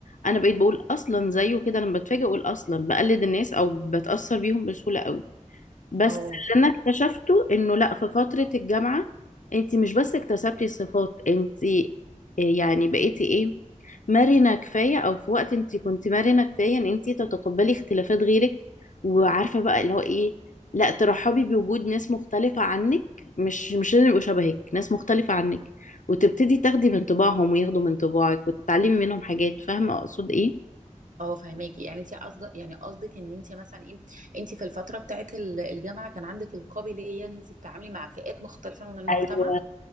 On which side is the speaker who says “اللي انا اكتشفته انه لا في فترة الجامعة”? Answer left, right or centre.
Left